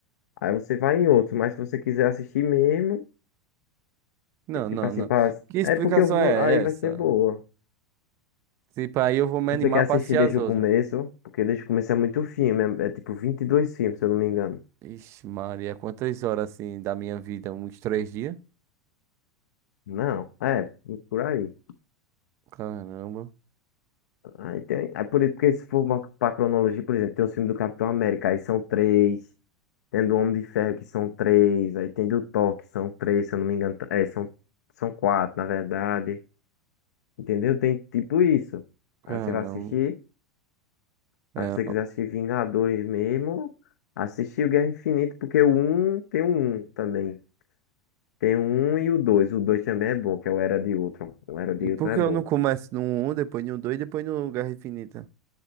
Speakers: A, on the left (about 85°); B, on the right (about 30°).
A: Aí você vai em outros, mas se você quiser assistir mesmo.
B: Não, não,
A: Tipo assim,
B: não.
A: pra...
B: Que explicação
A: é porque eu dou-
B: é
A: aí vai
B: essa?
A: ser boa.
B: Tipo, aí eu vou me
A: Você
B: animar
A: quer assistir
B: pra assistir
A: desde
B: as outras.
A: o começo? Porque desde o começo é muito filme, é, é tipo 22 filmes, se eu não me engano.
B: Ixi, Maria, quantas horas assim da minha vida? Uns três dias?
A: Não, é, por aí.
B: Caramba,
A: Aí tem, aí por, porque se for uma, pra cronologia, por exemplo, tem os filmes do Capitão América, aí são três. Tem do Homem de Ferro, que são três. Aí tem do Thor, que são três, se eu não me engano. É, são, são quatro, na verdade. Entendeu? Tem tipo isso.
B: caramba.
A: Aí você vai assistir.
B: É,
A: Aí se você
B: ó.
A: quiser assistir Vingadores mesmo, assistir o Guerra Infinita, porque o um tem o 1 também. Tem o 1 e o dois, O 2 também é bom, que é o Era de Ultron. O Era de
B: e por
A: Ultron é
B: que
A: bom.
B: eu não começo
A: Se
B: no um depois no 2, depois no Guerra Infinita?